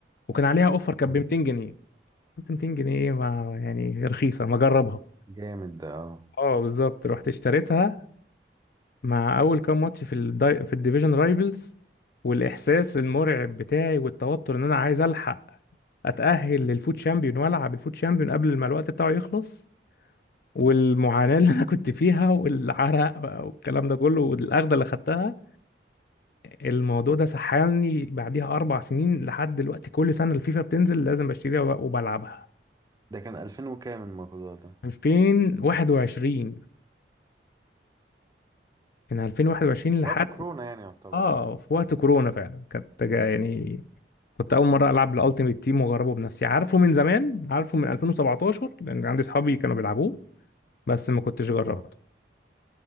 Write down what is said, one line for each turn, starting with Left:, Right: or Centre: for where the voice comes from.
Left: وكان عليها اوفر كانت
Right: مم.
Left: ب 200 جنيه قلت 200 جنيه إيه؟ ما يعني رخيصه ما اجربها
Right: جامد ده اه
Left: اه بالظبط رحت اشتريتها مع اول كام ماتش في الدي... في الديفيجن رايفلز والاحساس المرعب بتاعي والتوتر ان انا عايز الحق اتاهل للفوت شامبيون والعب الفوت شامبيون قبل ما الوقت بتاعه يخلص والمعاناه اللي انا كنت فيها والعرق بقى والكلام ده كله والاخده اللي خدتها الموضوع ده سحلني بعديها اربع سنين لحد دلوقتي كل سنه الفيفا بتنزل لازم بشتريها وب- وبلعبها
Right: ده كان 2000 وكام الموضوع ده
Left: 2021 من 2021
Right: في
Left: لحد
Right: وقت كورونا يعني يعتبر
Left: اه في وقت كورونا فعلا كانت جا- يعني كنت اول مره العب الالتيميت تيم واجربه بنفسي عارفه من زمان عارفه من 2017 لان عندي اصحابي كانوا بيلعبوه بس ما كنتش جربته
Right: اه